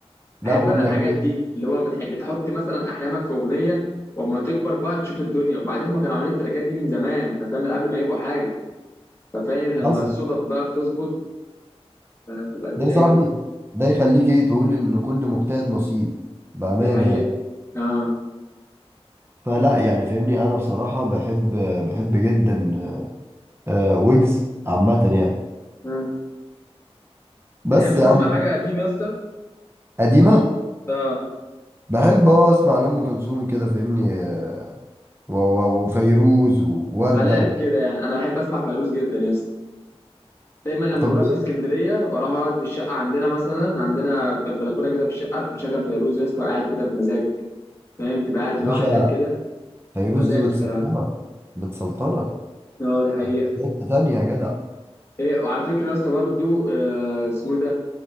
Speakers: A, on the left; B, on the right.
A: بحب
B: لا بقول
A: انا الحاجات
B: لك ايه
A: دي اللي هو بتح- بتحط مثلا احلامك في اغنيه واما تكبر بقى تشوف الدنيا وبعدين هم كانوا عاملين التراكات دي من زمان انت فاهم من قبل ما يبقوا حاجه ففاهم لما
B: حصل
A: الصدف بقى بتظبط آه، تبقى الدنيا
B: ده يا صاحبي
A: جامده
B: ده يخليك ايه تقول ان كل مجتهد نصيب بأمانة
A: دي حقيقه
B: يعني
A: اه
B: فلا يعني فاهمني انا بصراحة بحب بحب جدا آه، ويجز عامة يعني
A: مم.
B: بس
A: بتحب تسمع
B: يا عم
A: حاجه قديم يا اسطى
B: قديمة
A: اه
B: بحب اه اسمع لأم كلثوم كده فاهمني آه، و- و- وفيروز ووردة
A: حالات
B: و...
A: كده يعني انا بحب اسمع فيروز جدا يا اسطى دايما لما
B: طب
A: بروح
B: ليه
A: في
B: يا
A: اسكندريه واروح اقعد في الشقه عندنا مثلا عندنا في البلكونه كده في الشقه اروح مشغل فيروز يا اسطى وقاعد كده بمزاج فاهم تبقى قاعد لوحدك
B: باشا
A: كده
B: فيروز
A: مزاج
B: دي بتسلطنك
A: الصراحه
B: بتسلطنك
A: اه دي حقيقه
B: في حتة تانية يا جدع
A: ايه وعلى فكره يا اسطى برضو آه، اسمه إيه ده